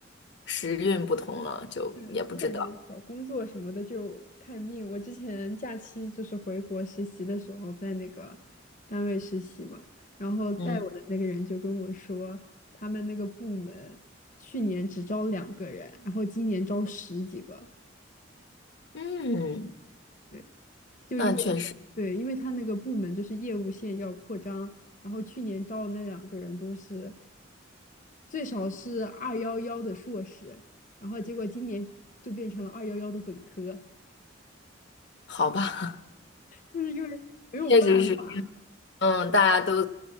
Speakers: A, on the left (about 60°); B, on the left (about 40°).
A: 时运不同了，就也不知道。
B: 对，我感觉找工作什么的就看命。我之前假期就是回国实习的时候，在那个单位实习嘛，然后带我的那个人就跟我说，
A: 嗯
B: 他们那个部门去年只招两个人，然后今年招十几个。
A: 嗯，
B: 对，就因为
A: 那确实。
B: 对，因为他那个部门就是业务线要扩张，然后去年招的那两个人都是最少是二幺幺的硕士，然后结果今年就变成了二幺幺的本科。
A: 好吧，<laughs>
B: 就是因为没有办法。
A: 确实是，嗯，大家都